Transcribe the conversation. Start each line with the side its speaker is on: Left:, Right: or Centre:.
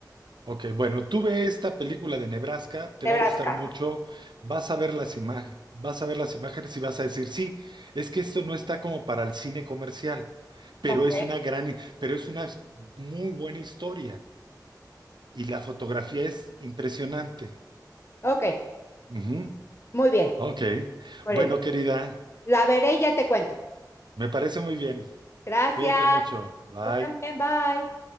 Right: ok. Bueno, tú ve esta película de Nebraska, te
Left: Nebraska.
Right: va a gustar mucho, vas a ver las imágenes, vas a ver las imágenes y vas a decir, sí, es que esto no está como para el cine comercial, pero
Left: Ok,
Right: es una gran, hi- pero es una muy buena historia y la fotografía es impresionante.
Left: ok,
Right: Ujú.
Left: muy bien.
Right: Ok.
Left: Órale.
Right: Bueno, querida,
Left: La veré y ya te cuento.
Right: me parece muy bien.
Left: Gracias.
Right: Cuídate mucho. Bye.
Left: Tú también, bye.